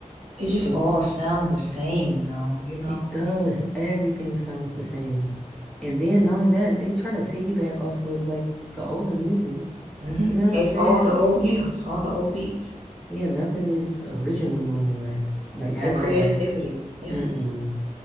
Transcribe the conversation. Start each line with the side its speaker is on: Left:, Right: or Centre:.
Right: it just
Centre: And
Right: all sound the same now, you know.
Centre: it does, everything sounds the same. And then not only that, they try to piggyback off of like the older music.
Right: hmm
Centre: You know what
Right: It's
Centre: I'm saying?
Right: all the old, yeah, it's all the old beats.
Centre: Yeah, nothing is original no more, like at
Right: Old
Centre: all.
Right: creativity, yeah.
Centre: Mm-mm.